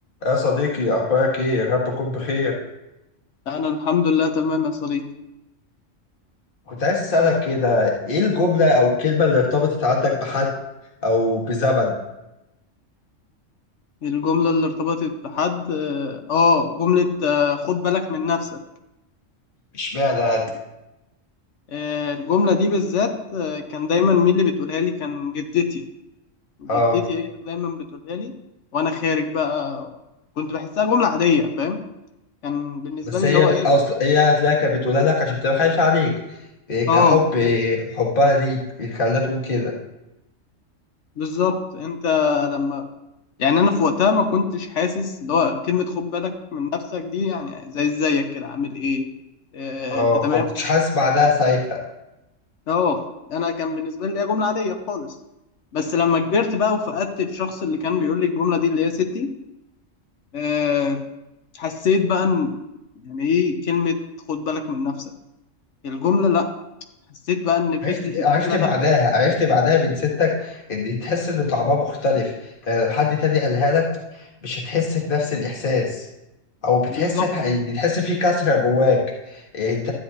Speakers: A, on the left; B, on the left.
A: يا صديقي أخبارك إيه؟ يا رب تكون بخير،
B: أنا الحمد لله تمام يا صديقي
A: كنت عايز أسألك كده إيه الجملة أو الكلمة اللي ارتبطت عندك بحد أو بزمن؟
B: الجملة اللي ارتبطت بحد آه آه، جملة آه خد بالك من نفسك
A: اشمعنى يعني؟
B: آه الجملة دي بالذات آه كان دايما مين اللي بتقولها لي كان جدتي جدتي
A: آه
B: هي اللي دايما بتقولها لي وأنا خارج بقى كنت بحسها جملة عادية فاهم كان بالنسبة
A: بس
B: لي
A: هي
B: اللي هو
A: بت...
B: إيه
A: أصل هي هتلاقيها كانت بتقولها لك عشان بتبقى خايفة عليك إيه
B: آه
A: كحب إيه حبها ليك اللي خلاها تقول كده،
B: بالظبط أنت لما يعني أنا في وقتها ما كنتش حاسس اللي هو كلمة خد بالك من نفسك دي يعني زي زيك كده عامل إيه آه
A: آه
B: أنت تمام
A: فما كنتش حاسس بعدها ساعتها،
B: اه انا كان بالنسبه لي هي جمله عاديه خالص بس لما كبرت بقى وفقدت الشخص اللي كان بيقول لي الجمله دي اللي هي ستي أه حسيت بقى ان يعني ايه كلمه خد بالك من نفسك الجمله لا حسيت بقى ان فكره
A: عرفت
B: الجمله
A: عرفت بعدها
B: لا
A: عرفت بعدها من ستك إن تحس إن طعمها مختلف، يعني لو حد تاني قالها لك مش هتحس بنفس الإحساس. او بتحس
B: بالظبط
A: بح- بتحس في كسره جواك يعني انت